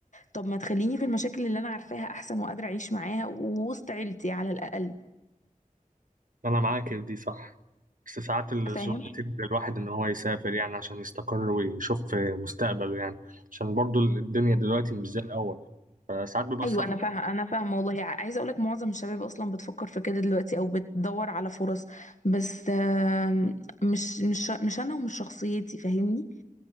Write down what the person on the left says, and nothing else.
طب ما تخليني في المشاكل اللي أنا عارفاها أحسن وقادرة أعيش معاها ووسط عيلتي على الأقل
فاهم
ايوه انا فاهمه انا فاهمه والله ع- عايزه اقول لك معظم الشباب اصلا بتفكر في كده دلوقتي او بتدور على فرص بس آم، مش مش مش انا ومش شخصيتي فاهمني